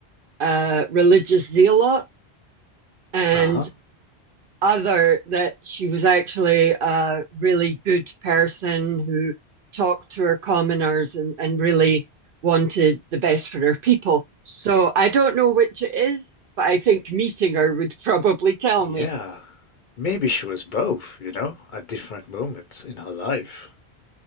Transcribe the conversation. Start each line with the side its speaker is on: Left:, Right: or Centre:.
Right: a religious zealot, and
Left: Uh-huh.
Right: other that she was actually a really good person who talked to her commoners and, and really wanted the best for her people. So I don't know which it is, but I think meeting her would probably tell
Left: Yeah.
Right: me.
Left: Maybe she was both, you know, at different moments in her life.